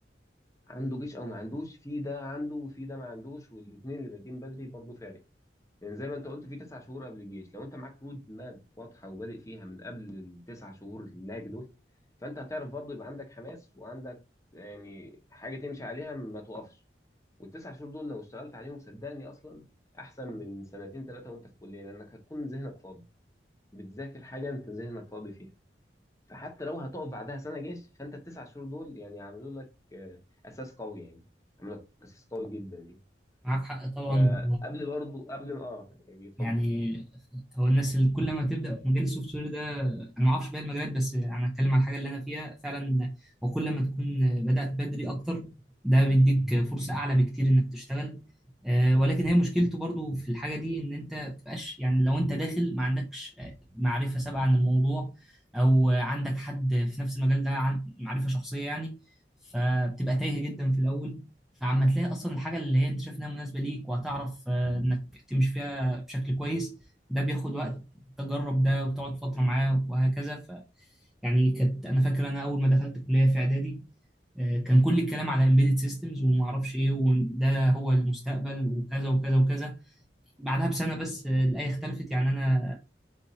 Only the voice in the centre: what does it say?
معاك حق طبعا
يعني هو الناس اللي كل ما تبدا في مجال السوفت وير ده انا ما اعرفش باقي المجالات بس انا اتكلم على الحاجه اللي انا فيها فعلا وكل ما تكون بدات بدري اكتر ده بيديك فرصه اعلى بكتير انك تشتغل آه، ولكن هي مشكلته برضو في الحاجه دي ان انت ما بتبقاش يعني لو انت داخل ما عندكش آه، معرفه سابقه عن الموضوع او آه، عندك حد في نفس المجال ده عن- معرفه شخصيه يعني فبتبقى تايه جدا في الاول فعما تلاقي اصلا الحاجه اللي هي انت شايف انها مناسبه ليك وهتعرف آه، انك تمشي فيها بشكل كويس ده بياخد وقت تجرب ده وتقعد فترة معاه وهكذا ف يعني كانت انا فاكر انا اول ما دخلت كلية في اعدادي آه، كان كل الكلام على امبيدد سيستمز وما اعرفش ايه وده هو المستقبل وكذا وكذا وكذا بعدها بسنة بس آه، الآية اختلفت يعني انا